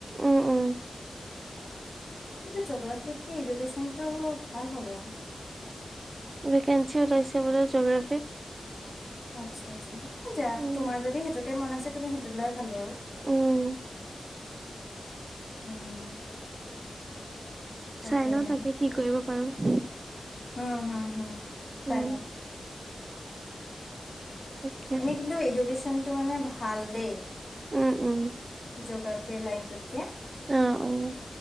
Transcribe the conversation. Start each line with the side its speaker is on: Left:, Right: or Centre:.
Right: উম-উম।
Left: কিন্ত জগ্ৰাফীতকে ইডুকেশ্বনটো ভাল হব।
Right: ভেকেঞ্চি ওলাইছে বোলে জ'গ্ৰাফিৰ।
Left: আচ্ছা-আচ্ছা যা
Right: উম
Left: তোমাৰ যদি সেইটোতে মন আছে তুমি সেইটোত লোৱাই ভাল বাৰু।
Right: উম।
Left: উম। তাকেহে
Right: চাই লওঁ তাকে কি কৰিব পাৰোঁ।
Left: উম হম-হম, চাই
Right: উম
Left: লোৱা।
Right: তাকে
Left: এনেই কিন্তু এডুকেশ্যনটো মানে ভাল দেই।
Right: উম-উম।
Left: জিঅোগ্ৰাফিৰ লাইনটোত কেই।
Right: অ', অ'।